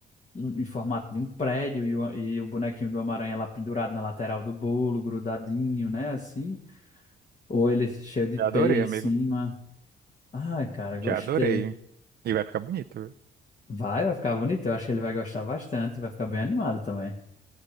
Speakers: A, on the left (about 35°); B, on the right (about 55°).
A: um- em formato de um prédio e o, e o bonequinho do Homem-Aranha lá pendurado na lateral do bolo, grudadinho, né? Assim. Ou ele cheio de
B: Já
A: teia
B: adorei,
A: em
B: amigo.
A: cima. Ai, cara, gostei.
B: Já adorei. E vai ficar bonito, viu?
A: Vai, vai ficar bonito. Eu acho que ele vai gostar bastante. Vai ficar bem animado também.